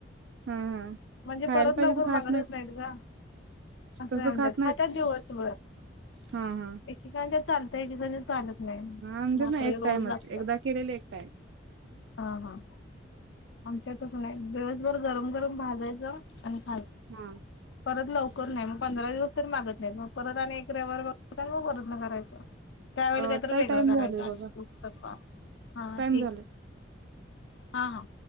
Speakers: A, on the right (about 75°); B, on the left (about 85°).
A: हा.
B: म्हणजे
A: खायला
B: परत
A: पाहिजे
B: लवकरून
A: तर
B: मागतच
A: खात
B: नाहीत का? असं
A: तसं
B: म्हणतात
A: खात नाहीत
B: खात्यात दिवसभर
A: हा हा
B: एक एकच्यात चाल पीकाची चालत नाही
A: आमच्यात
B: भात
A: ना
B: रोज
A: एक टाइमच
B: लागतात,
A: एकदा केलेले एक टाइम.
B: हा हा. आमच्यात तस नाही दिवसभर गरम, गरम भाजायचं आणि खायचं.
A: हा.
B: परत लवकर नाही मग पंधरा दिवस तरी मागत नाहीत मग परत आणि एक रवीवार बघयचा मग परत न करायच. त्यावेळी
A: अ
B: काहीत
A: ताई
B: वेगळं
A: टाइम
B: करायचं
A: झालंय
B: अस
A: बघा
B: उत्तप्पा. हा
A: टाइम
B: ठीके.
A: झालाय.
B: हा हा.